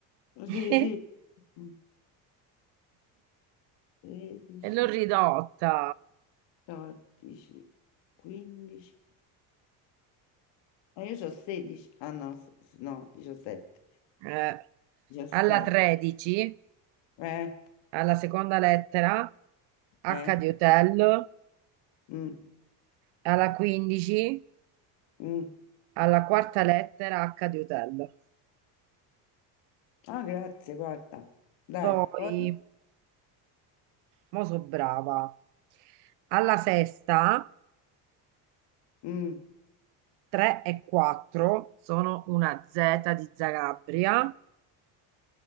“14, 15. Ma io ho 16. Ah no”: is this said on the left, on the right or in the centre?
Left